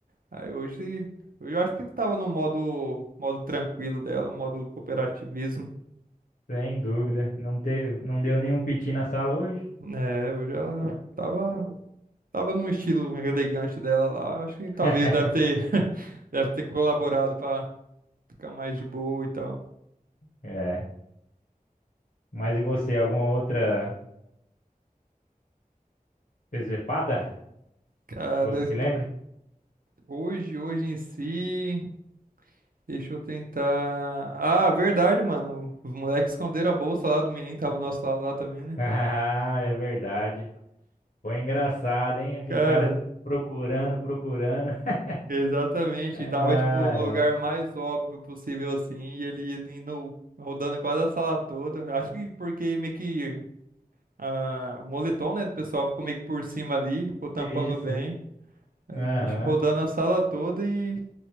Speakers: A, on the right; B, on the left.
A: Aí hoje, hoje eu acho que ele tava no modo, modo tranquilo dela, no modo cooperativismo,
B: Sem dúvida. Não teve, não deu nenhum piti na sala hoje.
A: né? Hoje ela tava, tava num estilo elegante dela lá. Acho que
B: <laughs>
A: talvez deve ter, <laughs> deve ter colaborado pra ficar mais de boa e tal.
B: É. Mas e você, alguma outra presepada
A: Cara,
B: que você se lembre?
A: hoje, hoje em si. Deixa eu tentar. Ah, verdade, mano. Os moleques esconderam a bolsa lá do menino que tava do nosso lado lá também,
B: <laughs>
A: né?
B: Ah, é verdade. Foi engraçado, hein? Aquele
A: Cara,
B: cara procurando, procurando. <laughs>
A: exatamente.
B: Ah,
A: E Tava, tipo, no
B: é.
A: lugar mais óbvio possível, assim. E ele, ele indo, rodando quase a sala toda. Acho que porque meio que ah, o moletom, né, do pessoal ficou meio que por cima ali, ficou tampando
B: Isso.
A: bem. Aí
B: Aham.
A: o bicho rodando a sala toda e